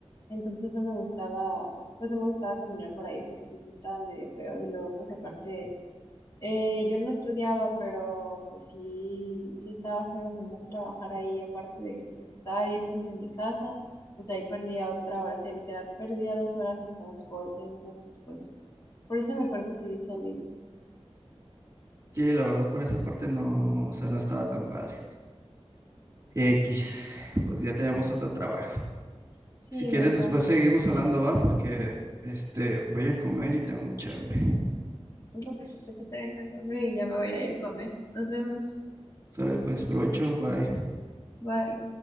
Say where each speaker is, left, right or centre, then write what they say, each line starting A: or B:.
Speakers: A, on the left; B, on the right.
A: entonces no me gustaba, pues no me gustaba caminar por ahí porque pues estaba medio feo y luego pues aparte eh, yo no estudiaba, pero pues sí, sí estaba feo nomás trabajar ahí, aparte de que pues estaba bien lejos de mi casa, pues ahí perdía otra hora, o sea, literal perdía dos horas en transporte, entonces pues por eso mejor decidí salir.
B: Sí, la verdad por esa parte no, o sea, no estaba tan padre. X, pues ya tenemos otro trabajo.
A: Sí,
B: Si quieres,
A: mejor.
B: después seguimos hablando, ¿va? Porque este, voy a comer y tengo mucha hambre.
A: No me preocupes, yo también tengo hambre y ya me voy a ir a comer. Nos vemos.
B: Sale, pues, provecho, bye.
A: Bye.